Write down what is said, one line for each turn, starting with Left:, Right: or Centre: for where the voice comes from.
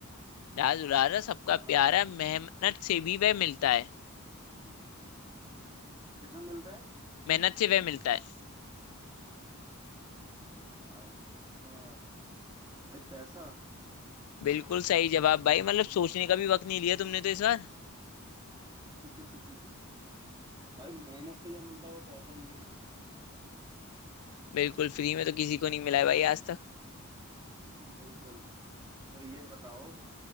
Left: राज दुलारा सबका
Right: हाँ हाँ
Left: प्यारा मेहनत से भी वह मिलता है
Right: किसमें मिलता है
Left: मेहनत से वह मिलता है
Right: अच्छा भाई पैसा
Left: बिल्कुल सही जवाब भाई मतलब सोचने का भी वक्त नहीं लिया तुमने तो इस बार
Right: <laughs> भाई मेहनत से जो मिलता है वो पैसा ही है
Left: बिल्कुल फ्री में तो किसी को नहीं मिला है भाई आज तक
Right: बिल्कुल तो ये बताओ